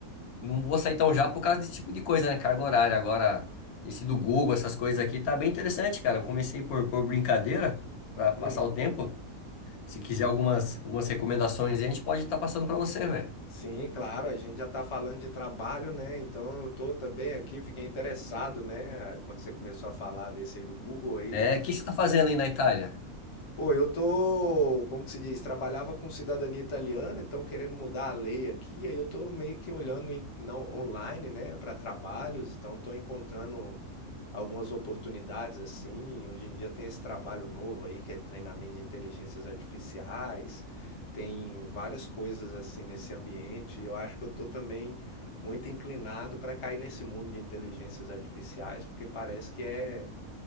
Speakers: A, on the left; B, on the left.
A: não vou sair tão já por causa desse tipo de coisa, né? Carga horária. Agora, esse do Google, essas coisas aqui, tá bem interessante, cara. Eu comecei por, por brincadeira, para passar
B: hum.
A: o tempo. Se quiser algumas, algumas recomendações, aí, a gente pode estar passando para você, velho.
B: Sim, claro, a gente já está falando de trabalho, né? Então eu tô também aqui, fiquei interessado, né? Quando você começou a falar desse aí do Google aí,
A: É, o que você tá fazendo aí na Itália?
B: Pô, eu tô, como que se diz, trabalhava com cidadania italiana, então querendo mudar a lei aqui, aí eu tô meio que olhando em- na- online, né, para trabalhos, então tô encontrando algumas oportunidades assim. Hoje em dia tem esse trabalho novo aí que é treinamento de inteligências artificiais, tem várias coisas assim nesse ambiente. Eu acho que eu tô também muito inclinado para cair nesse mundo de inteligências artificiais, porque parece que é